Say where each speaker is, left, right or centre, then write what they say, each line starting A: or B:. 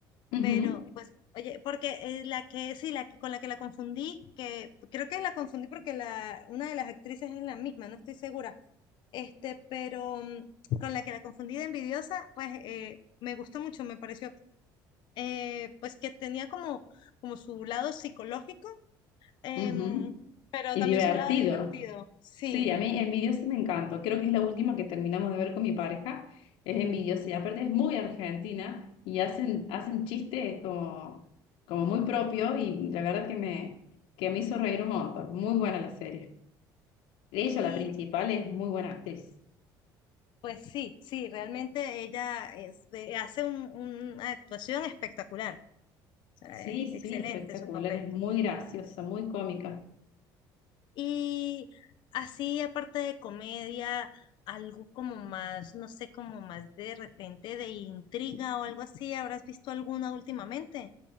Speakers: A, on the left; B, on the left.
A: Ujú.
B: pero pues, oye, porque eh, la que, sí, la que- con la que la confundí, que creo que la confundí porque la, una de las actrices es la misma, no estoy segura este, pero mm, con la que la confundí de envidiosa, pues eh, me gustó mucho, me pareció, eh, pues que tenía como, como su lado psicológico, em,
A: Ujú.
B: pero
A: Y
B: también
A: divertido.
B: su lado divertido, sí.
A: Sí, a mí Envidiosa me encanta. Creo que es la última que terminamos de ver con mi pareja. Es Envidiosa y aparte es muy argentina y hacen, hacen chistes como, como muy propio y la verdad que me, que me hizo reír un montón. Muy buena la serie. Ella,
B: Y
A: la principal, es muy buena actriz.
B: pues sí, sí, realmente ella es- eh, hace un- una actuación espectacular, o sea,
A: Sí,
B: es excelente
A: sí, espectacular.
B: su papel.
A: Es muy graciosa, muy cómica.
B: Y así, aparte de comedia, algo como más, no sé, como más de repente de intriga o algo así, ¿habrás visto alguna últimamente?